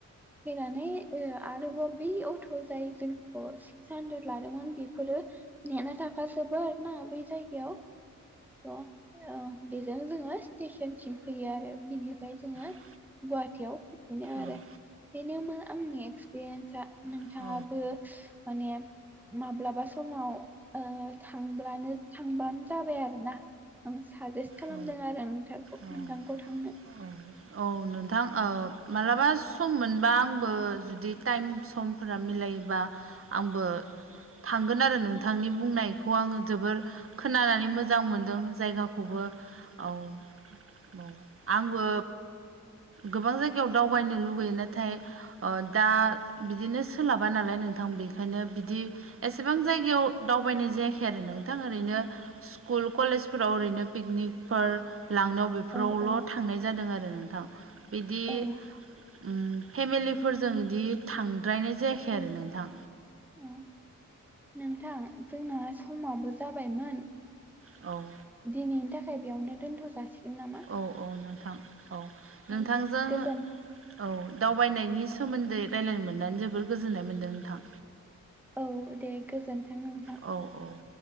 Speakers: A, in the centre; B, on the right.
A: फैनानै ओ आरोबाव बै अट' जाय जोंखौ सिक्स हानद्रेद लादोंमोन बेफोरो नेना थाखााजोबो आरो ना बै जायगायाव स' ओ बेजों जोङो स्टेसनसिम फैयो आरो बिनिफ्राय जोङो
B: औ
A: गुवाहाटियाव बेनो आरो
B: औ औ
A: बेनोमोन आंनि एक्सपिरियेन्सा नोंथाङाबो
B: औ
A: माने माब्लाबा समाव ओ थांब्लानो थांबानो जाबाय आरोना। आं साजेस्ट खालामदों
B: औ
A: आरो नोंथखौ
B: औ
A: नोंथांखौ थांनो।
B: औ औ नोंथां मालाबा सम मोनबा आंबो जुदि टाइम समफोरा मिलायोबा आबो थांगोन आरो नोंथांनि बुंनायखौ आङो जोबोर खोनानानै मोजां मोनदों जायगा खौबो औ औ आंबो गोबां जायगायाव दावबायनो लुगैयो नाथाय ओ दा बिदिनो सोलाबा नालाय नोंथां बेखायनो बिदि एसेबां जायगायाव दावबायनाय जायाखै आरो नोंथां ओरैनो स्कुल कलेजफोराव ओरैनो पिकनिकफोर लांनायाव बेफोरावल'
A: औ औ
B: थांनाय जादों आरो नोंथां बिदि
A: औ
B: ओम फेमिलिफोरजों बिदि थांद्रायनाय जायाखै आरो नोंथां।
A: औ नोंथां जोंना समाबो जाबायमोन
B: औ
A: दिनैनि थाखाय बेयावनो दोनथ' जासिगोन नामा?
B: औ औ नोंथां औ नोंथांजों
A: दे गोजोन
B: औ दावबायनायनि सोमोन्दै रायज्लायनो मोननानै जोबोर गोजोननाय मोन्दों नोंथां।
A: औ दे गोजोन्थों नोंथां।
B: औ औ